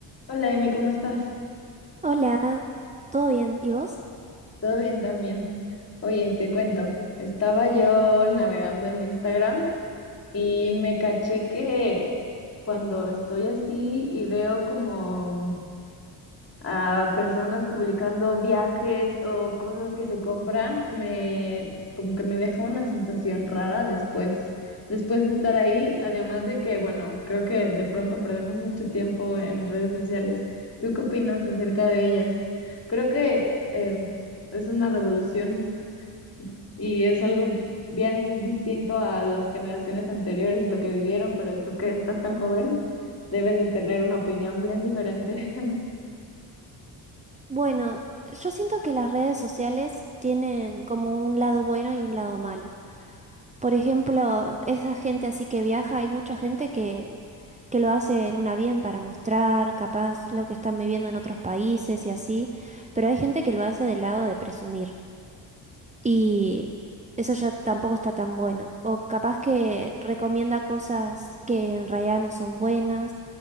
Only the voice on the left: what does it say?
Hola, Emi, ¿cómo estás?
¿Todo bien también? Oye, te cuento, estaba yo navegando en Instagram y me caché que cuando estoy así y veo como a personas publicando viajes o cosas que se compran, me como que me deja una sensación rara después, después de estar ahí, además de que, bueno, creo que de pronto perdemos mucho tiempo en redes sociales. ¿Tú qué opinas acerca de ellas? Creo que eh, es una revolución y es algo bien distinto a las generaciones anteriores de lo que vivieron, pero tú que estás tan joven, debes de tener una opinión bien diferente.